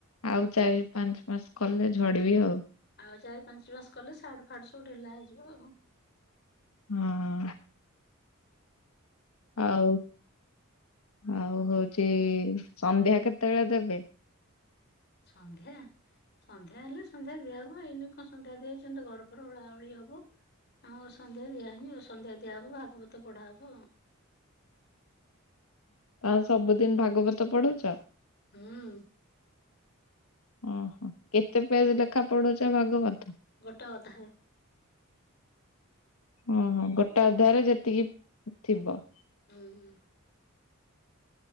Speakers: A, on the left; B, on the left.
A: ଆଉ ଚାରି ପାଞ୍ଚ ମାସ କଲେ ଝଡିବି ଆଉ।
B: ଆଉ ଚାରି ପାଞ୍ଚ ମାସ କଲେ ସାଟ୍ ଫାଟ ସବୁ ଢିଲା ହେଇଯିବ ଆଉ।
A: ହୁଁ। ଆଉ ଆଉ ହଉଛି ସନ୍ଧ୍ୟା କେତେ ବେଳେ ଦେବେ।
B: ସନ୍ଧ୍ୟା। ସନ୍ଧ୍ୟା ହେଲେ ସନ୍ଧ୍ୟା ଦିଆହୁଏ ଏଇନି କଁ ସନ୍ଧ୍ୟା ଦିଆଇ ଯିବ ଘର ଫର ଓଳା ଓଳି ହବ। ଆଉ ସନ୍ଧ୍ୟା ଦିଆହଇନି ଆଉ ସନ୍ଧ୍ୟା ଦିଆହବ ଭାଗବତ ପଢା ହବ ଆଉ।
A: ଆଉ ସବୁଦିନ ଭାଗବତ ପଢୁଛ।
B: ହୁଁ।
A: ଓହୋ କେତେ ପେଜ ଲେଖା ପଢୁଛ ଭାଗବତ।
B: ଗୋଟେ ଅଧ୍ୟାୟ।
A: ଓହୋ ଗୋଟେ ଅଧ୍ୟାୟ ରେ ଯେତିକି ଥିବ।
B: ଉଁ ହୁଁ।